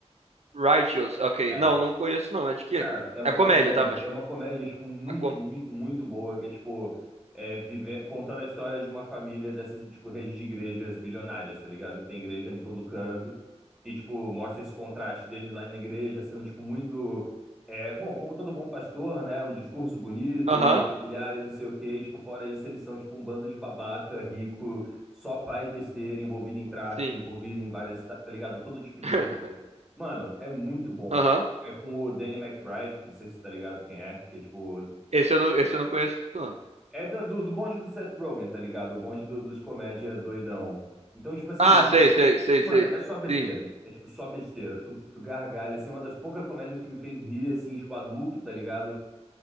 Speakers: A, on the right; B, in the centre.
A: Righteous. Ok.
B: É.
A: Não, não conheço não. É de quê?
B: Cara, é uma
A: É comédia,
B: comédia,
A: tá? Mas.
B: é uma comédia, tipo, muito,
A: É com...
B: muito, muito boa, que é, tipo, é, vive- contando a história de uma família dessas, tipo, redes de igrejas bilionárias, tá ligado? Que tem igreja em todo canto, e, tipo, mostra esse contraste deles lá na igreja, sendo, tipo, muito, é, bom, como todo bom pastor, né, um discurso bonito
A: Aham,
B: e familiar e não sei o quê, e, tipo, fora isso, eles são, tipo, um bando de babaca, rico, só faz besteira, envolvido em tráfico,
A: sim.
B: envolvido em várias, tá tá ligado? Todo tipo de
A: <laughs>
B: besteira. Mano, é muito bom.
A: Aham.
B: É com o Danny McBride, não sei se você tá ligado quem é, que é tipo.
A: Esse eu não, esse eu não conheço, não.
B: É da- do, do bonde do Seth Rogen, tá ligado? O bonde do- dos comédia doidão. Então, tipo assim,
A: Ah, sei, sei, sei,
B: mano,
A: sei.
B: é só besteira.
A: Sim,
B: É tipo só besteira. Tu, tu gargalha, assim, é uma das poucas comédias que me fez rir, assim, tipo, adulto, tá ligado?